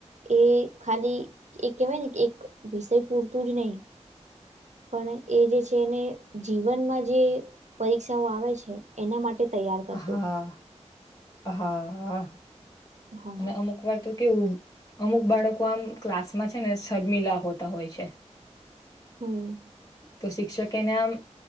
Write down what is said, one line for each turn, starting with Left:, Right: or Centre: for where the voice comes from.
Right: એ ખાલી એ કેવીરીતે એક વિષય પૂરતું જ નહીિ. પણ એ જે છે એને જીવનમાં જે. પરીક્ષાઓ આવે છે એના માટે તૈયાર કરતું
Left: હા
Right: હો.
Left: હા
Right: હા
Left: અને અમુક વાત. કે અમુક બાળકો આમ ક્લાસમાં છે ને શર્મિલા હોતા હોય છે.
Right: હમ.
Left: તો શિક્ષકે એને આમ.